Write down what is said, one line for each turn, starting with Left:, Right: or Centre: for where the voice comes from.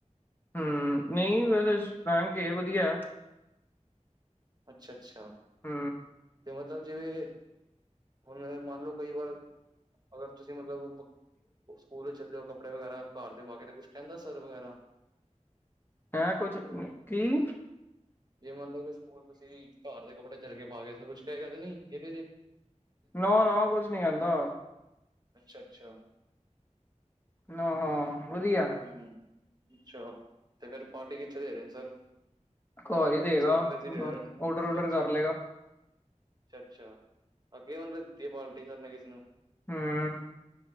Left: ਹੂੰ -ਨਈ ਵੈਸੇ ਫਰੈਂਕ ਏ ਵਧੀਆ।
Right: ਅੱਛਾ -ਅੱਛਾ,
Left: ਹੂੰ,
Right: ਤੇ ਮਤਲਬ ਜਿਵੇਂ- ਹੁਣ ਮੰਨ ਲਓ ਕਈ ਵਾਰ ਅਗਰ ਤੁਸੀਂ ਮਤਲਬ ਸਕੂਲ ਚ ਚੱਲੇ ਓ ਕੱ ਕੱਪੜੇ ਵਗੈਰਾ ਘਰ ਦੇ ਪਾਗੇ, ਤੇ ਕੁਛ ਕਹਿੰਦਾ ਸਰ ਵਗੈਰਾ।
Left: ਹੈਂ, ਕੁਛ ਕੀ-
Right: ਜੇ ਮੰਨ ਲਓ ਕਿ ਸਕੂਲ ਤੁਸੀਂ ਘਰ ਦੇ ਕੱਪੜੇ ਚੱਲਗੇ ਪਾ ਕੇ, ਫੇਰ ਕੁਛ ਕਹੇਗਾ ਤੇ ਨੀ ਜੇ
Left: ਨਾ- ਨਾ ਕੁਛ ਨੀ ਕਹਿੰਦਾ।
Right: ਅੱਛਾ -ਅੱਛਾ।
Left: ਨਾ ਹਾਂ ਵਧੀਐ।
Right: ਹਮ ਅੱਛਾ ਤੇ ਫੇਰ ਪਾਰਟੀ ਕਿੱਥੇ ਦੇ ਰੇ ਨੇ ਸਰ।
Left: ਘਰ
Right: ਆਸ
Left: ਹੀ
Right: ਪਾਸ
Left: ਦੇਗਾ
Right: ਕਿਸੇ ਹੋਟਲ ਵਿਚ ਦੇ ਦੇਣ, ਅੱਛਾ
Left: ਔਡਰ-ਉਡਰ
Right: ਅੱਛਾ
Left: ਕਰ
Right: ।
Left: ਲਏਗਾ
Right: ਅੱਛਾ- ਅੱਛਾ ਅਗੇ ਓਨੇ ਦਿੱਤੀ ਪਾਲਟੀ ਸਰ ਨੇ ਕਿਸੇ ਨੂੰ।
Left: ਹੂੰ,